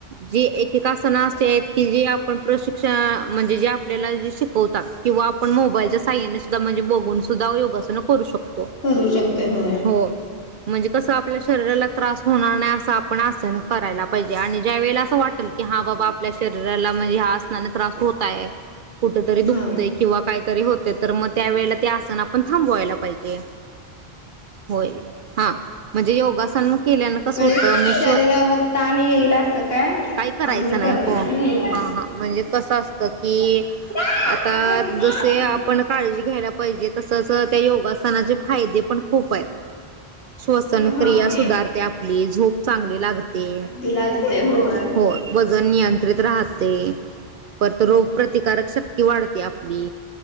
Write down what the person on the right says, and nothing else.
जी एकेका आसनं असे आहेत. की जे आपण प्रशिक्षण म्हणजे जे आपल्याला जे शिकवतात किंवा आपण मोबाईलच्या साह्याने सुद्धा ण बघून सुद्धा योगासन करू शकतो.
हो. म्हणजे कसं आपल्या शरीराला त्रास होणार नाही असं आपण करायला पाहिजे आणि ज्या वेळे असं वाट की हा बाबा आपल्या शरीराला म्हणजे ह्याआसनाने त्रास होतय. कुठ तरी दुखतेय
किंवा काहीतरी होते तर मग त्या वेळेला ते आसन आपण थांबवायला पाहिजे. होय. हा म्हणजे योगासन केल्यान कस
होत म
श
काही करायचं नाही
हो,
हा म्हणजे कसं असतं की,
आता जसे आपण काळजी घ्यायला पाहिजे तसच त्या योगासनाचे फायदे खूप आहेत शवसन
क्रिया
सुधारते. झोप चांगली लागते.
हो वजन नियंत्रित राहते. परत रोग प्रतिकारक शक्ती वाढते आपली